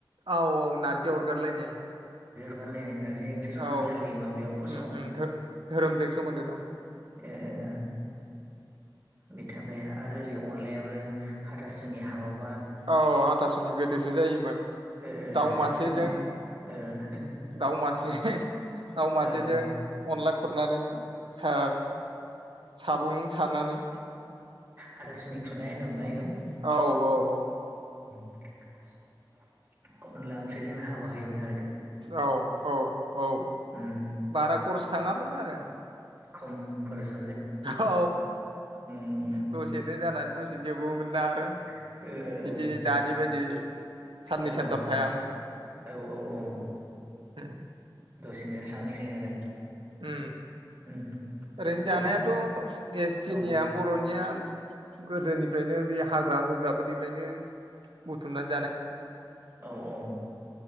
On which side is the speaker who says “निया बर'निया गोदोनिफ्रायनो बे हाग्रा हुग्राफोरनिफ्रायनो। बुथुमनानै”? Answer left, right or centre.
Right